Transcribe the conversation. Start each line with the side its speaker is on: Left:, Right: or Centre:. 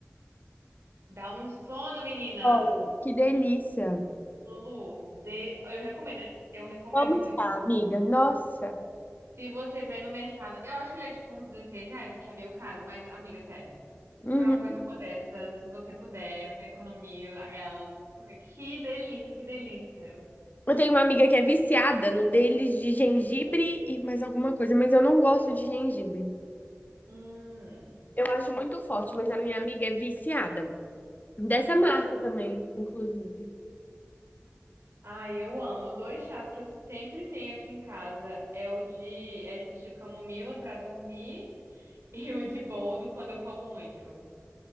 Right: dá um sono, menina.
Left: Olha, que delícia.
Right: Lulu, de... eu recomendo, eu recomendo
Left: Vamos
Right: muito.
Left: lá, amiga. Nossa.
Right: Se você vê no mercado, eu acho que ele é tipo uns 16 reais, o que é meio caro, mas amiga, sério,
Left: Uhum.
Right: pra uma coisa boa dessa, se você puder, economiza ela. Porque que delícia, que delícia.
Left: Eu tenho uma amiga que é viciada no deles de gengibre e mais alguma coisa, mas eu não gosto de gengibre.
Right: Hum.
Left: Eu acho muito forte, mas a minha amiga é viciada. Dessa marca também, inclusive.
Right: Ai, eu amo. Dois chás que eu sempre tenho aqui em casa é o de é esses de camomila para dormir <laughs> e o de boldo quando eu como muito.